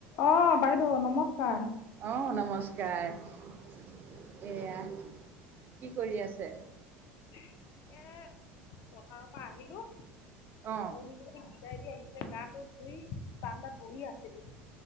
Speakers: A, on the left; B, on the right.
A: অ, বাইদেউ নমস্কাৰ।
B: অঁ, নমস্কাৰ এয়া কি কৰি আছে?
A: এ, পথাৰৰ পৰা আহিলো।
B: অঁ।
A: দি, বিদাই দি আহিছিলে গা টো ধুই বাৰেণ্ডত বহি আছিলো।